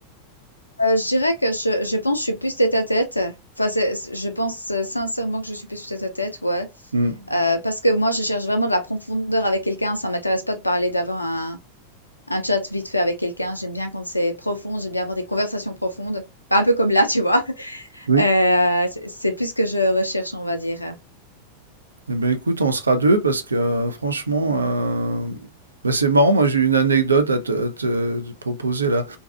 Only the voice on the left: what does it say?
Euh, je dirais que je, je pense que je suis plus tête à tête. Enfin, c'est- c'est- je pense euh, sincèrement que je suis plus tête à tête, ouais.
Euh, parce que moi, je cherche vraiment de la profondeur avec quelqu'un. Ça m'intéresse pas de parler, d'avoir un, un chat vite fait avec quelqu'un. J'aime bien quand c'est profond, j'aime bien avoir des conversations profondes. Pas un peu comme là, tu vois.
Euh, c'est c'est plus ce que je recherche, on va dire.